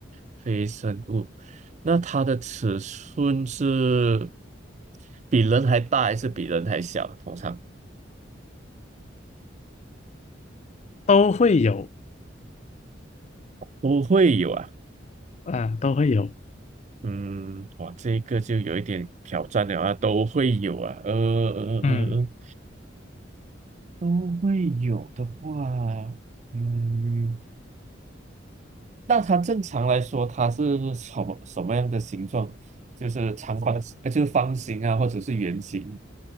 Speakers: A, on the right; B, on the left.
A: 非生物。那它的尺寸是比人还大还是比人还小？通常
B: 都会有，
A: 都会有啊。
B: 啊，都会有，
A: 嗯，哇，这个就有一点挑战了啊，都会有啊，呃呃呃呃，
B: 嗯，
A: 都会有的话，嗯，那它正常来说，它是什么什么样的形状？就是长方形，呃就是方形啊，或者是圆形，